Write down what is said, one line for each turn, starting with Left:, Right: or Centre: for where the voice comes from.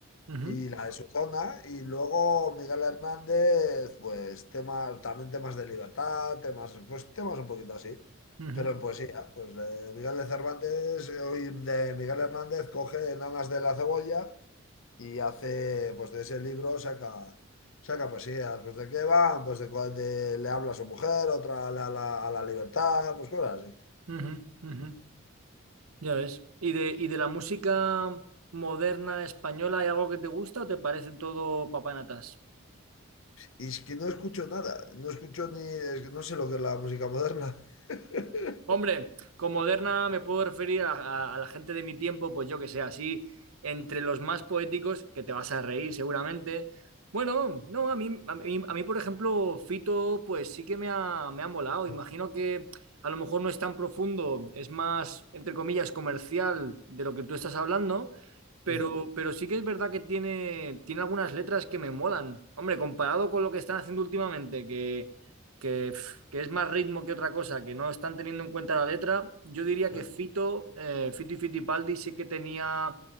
Right: ujú,
Left: Y la de su zona, y luego Miguel Hernández, pues temas, también temas de libertad, temas, pues temas un poquito así,
Right: ujú,
Left: pero en poesía, pues de Miguel de Cervantes, eh, hoy de Miguel Hernández coge Enanas de la Cebolla y hace, pues de ese libro saca, saca poesías, pues de qué van, pues de cuál de- le habla a su mujer, otra a la, la- a la libertad, pues cosas así.
Right: ujú, ujú. Ya ves. ¿Y de, y de la música moderna española hay algo que te gusta o te parece todo papanatas?
Left: Y es que no escucho nada, no escucho ni, es que no sé lo que es la música moderna. <laughs>
Right: Hombre, con moderna me puedo referir a, a- a la gente de mi tiempo, pues yo que sé, así entre los más poéticos, que te vas a reír seguramente. Bueno, no, a mí, a mí, a mí, por ejemplo, Fito, pues sí que me ha, me ha molado.
Left: Sí,
Right: Imagino que a lo mejor no es tan profundo, es más, entre comillas, comercial de lo que tú estás hablando, pero,
Left: sí,
Right: pero sí que es verdad que tiene, tiene algunas letras que me molan. Hombre, comparado con lo que están haciendo últimamente, que que, pf, que es más ritmo que otra cosa, que no están teniendo en cuenta la letra, yo diría que
Left: sí.
Right: Fito, eh, Fito y Fitipaldi sí que tenía